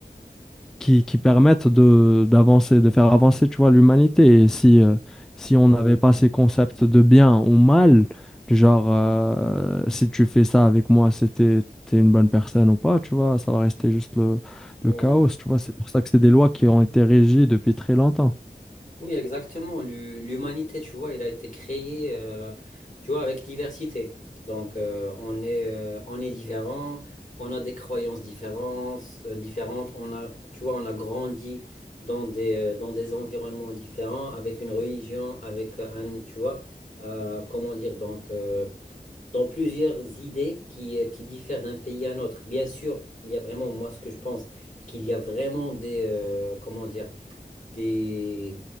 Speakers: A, in the centre; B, on the left.
A: qui, qui permettent de d'avancer, de faire avancer, tu vois, l'humanité. Et si, euh, si on
B: Ouais,
A: n'avait pas ces concepts de bien ou mal, du genre, euh, si tu fais ça avec moi, c'était t'es une bonne personne ou pas, tu vois, ça va rester juste le,
B: ouais.
A: le chaos, tu vois. C'est pour ça que c'est des lois qui ont été régies depuis très longtemps.
B: Oui, exactement. L'hu- L'humanité, tu vois, il a été créé, euh, tu vois, avec diversité. Donc, euh, on est, euh, on est différent, on a des croyances différentes, euh, différentes. On a, tu vois, on a grandi dans des, euh, dans des environnements différents, avec une religion, avec un, tu vois, euh, comment dire, donc, euh, dans plusieurs idées qui, euh, qui diffèrent d'un pays à un autre. Bien sûr, il y a vraiment, moi, ce que je pense, qu'il y a vraiment des, euh, comment dire. des,